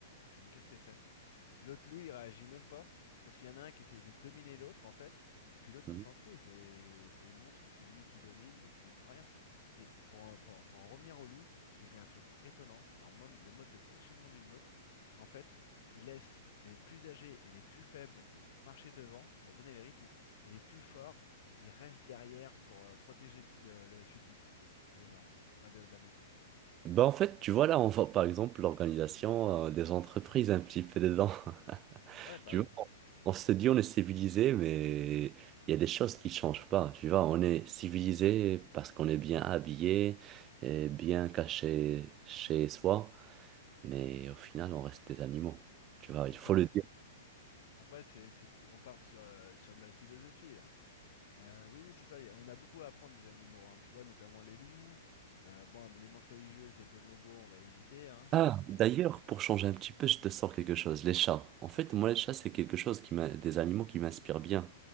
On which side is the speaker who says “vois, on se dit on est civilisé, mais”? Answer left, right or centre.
Right